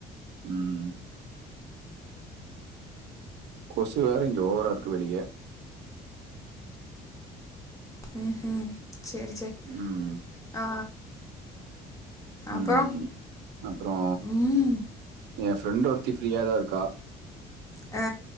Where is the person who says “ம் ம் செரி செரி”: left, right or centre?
Left